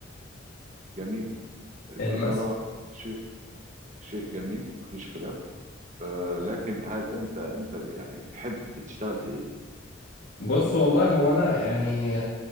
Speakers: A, on the right; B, on the left.
A: جميل التجارة
B: إيه مس-
A: شيء شيء جميل مفيش خلاف آه، لكن هل انت انت يعني تحب تشتغل في ايه؟
B: بص والله هو انا يعني